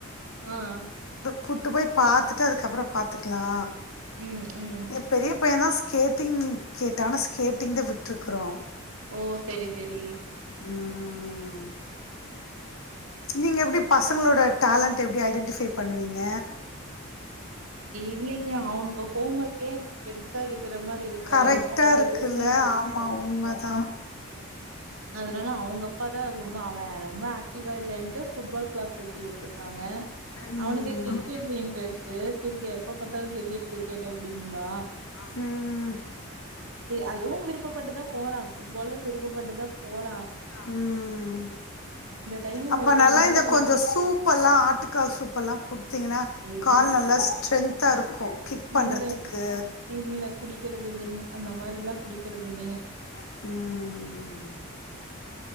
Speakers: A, on the right; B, on the left.
A: அ ஆ
B: கூட்டு போய் பாத்துட்டு ‌அதுக்கப்றோ பாத்துக்கலா
A: ம் ம்
B: எ பெரிய பைய தா ஸ்கேட்டிங் கேட்டானு ஸ்கேட்டிங் தா விட்டுருக்குறோ
A: ஓ சேரி சேரி
B: ம் நீங்க எப்டி பசங்களோட டேலண்ட்ட எப்டி ஐடென்டிஃபை பண்ணுவீங்க
A: இல்லைங்க அவனுக்கு ஹோம் ஒர்க்கே எனக்கு பெருசா இருக்குற மாரி இருக்கு
B: கரெக்டா
A: அதனால
B: இருக்குல்ல
A: எதுவுமே இல்ல
B: ஆமா உண்மதா
A: அதனால அவங்க அப்பா தா ரொம்ப அவ ரொம்ப ஆக்டிவா இல்லைன்ட்டு புட்பால் கிளாஸ் சேத்தி விட்டுருக்காங்க
B: ம்
A: அவனுக்கு கிரிக்கெட்ல இன்ட்ரெஸ்ட் கிரிக்கெட் எப்ப பாத்தாலு கிரிக்கெட் கிரிக்கெட் அப்டிம்பா
B: ம்
A: அதுவு விருப்பப்பட்டுதா போறா புட்பாலு விருப்பப்பட்டுதா போறா
B: ம்
A: டைமிங்
B: அப்ப
A: ஒத்து
B: நல்லா
A: வந்துச்சுன்னா
B: இந்த
A: இல்லாட்டி
B: கொஞ்சோ சூப்பெல்லா ஆட்டு கால் சூப்பெல்லா கொடுத்தீங்கன்னா
A: எதுவும்
B: கால் நல்லா
A: குடி
B: ஸ்ட்ரென்த்தா இருக்கு கிக் பண்ணுறதுக்கு
A: இல்ல, இல்ல குடிக்கிறது இல்லிங்க அந்த மாரி எல்லா குடிக்கிறது இல்லிங்க
B: ம் ம் ம்